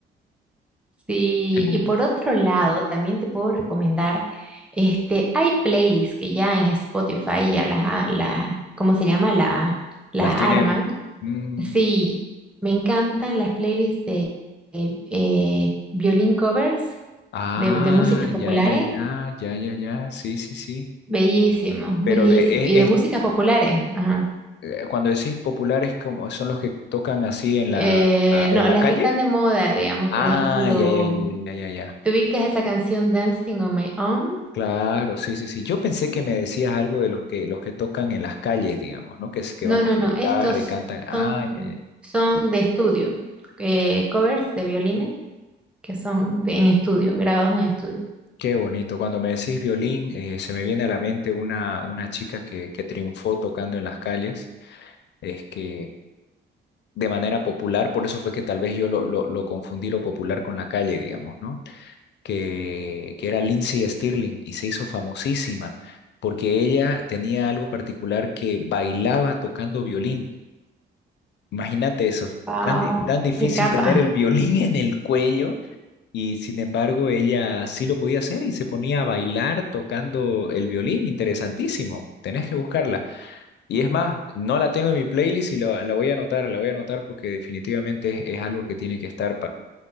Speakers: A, in the centre; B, on the left.
A: Sí,
B: Mm.
A: y por
B: <laughs>
A: otro lado, también te puedo recomendar, este, hay playlists que ya en Spotify ya las, ha- la, ¿cómo se llama? La, la
B: Las tienen...
A: arman.
B: mm,
A: Sí, me encantan las playlists de eh, eh, violín covers
B: ah,
A: de, de músicas populares.
B: ya, ya, ya, ya, ya, ya, sí, sí, sí.
A: Bellísimo, bellísimo.
B: Pero de, es,
A: Y de músicas
B: es-
A: populares, ajá.
B: eh, cuando decís populares, como son los que tocan así en
A: Eh,
B: la, a- en
A: no,
B: la
A: las
B: calle?
A: que están de moda, digamos,
B: Ah,
A: por ejemplo,
B: ya, ya, ya, ya, ya, ya, ya.
A: ¿te ubicas esa canción Dancing on My Own?
B: Claro, sí, sí, sí. Yo pensé que me decías algo de los que los que tocan en las calles, digamos, ¿no? Que, es- que
A: No,
B: van
A: no,
B: con su
A: no.
B: guitarra
A: Estos
B: y cantan. Ah,
A: son,
B: ya, ya, ya.
A: son de estudio. eh, covers de violines que son de- en estudio, grabados en estudio.
B: Qué bonito. Cuando me decís violín, eh, se me viene a la mente una, una chica que, que triunfó tocando en las calles, es que de manera popular, por eso fue que tal vez yo lo, lo, lo confundí lo popular con la calle, digamos, ¿no? que, que era Lindsay Stirling y se hizo famosísima porque ella tenía algo particular que bailaba tocando violín. Imagínate eso,
A: Wow,
B: tan, di- tan difícil
A: qué capa.
B: tener el violín en el cuello y sin embargo ella sí lo podía hacer y se ponía a bailar tocando el violín. Interesantísimo, tenés que buscarla. Y es más, no la tengo en mi playlist y la, la voy a anotar, la voy a anotar porque definitivamente es, es algo que tiene que estar